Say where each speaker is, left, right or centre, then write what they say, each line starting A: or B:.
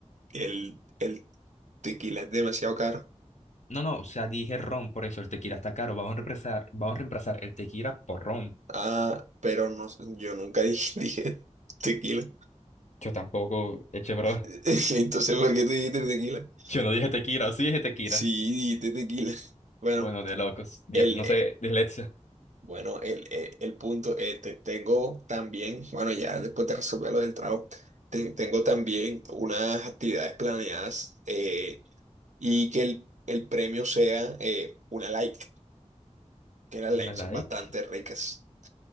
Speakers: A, on the right; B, on the left.
A: el, el tequila es demasiado caro.
B: no, no, o sea, dije ron, por eso el tequila está caro. Vamos a reemplazar, vamos a reemplazar el tequila por ron.
A: Ah, pero no, sé, yo nunca dije, <laughs> dije tequila.
B: Yo tampoco, eche bro.
A: <laughs> Entonces, ¿por qué tú dijiste tequila?
B: <laughs> Yo no dije tequila, o sí dije tequila.
A: Sí, dijiste tequila. Bueno.
B: Bueno, de locos. Ya,
A: El,
B: no sé, dislexia.
A: Bueno, el, el- el punto, eh, te- tengo también, bueno, ya después de resolver lo del trabajo, te- tengo también unas actividades planeadas eh, y que el, el premio sea eh, una like, que las likes
B: Una
A: son
B: like.
A: bastante ricas.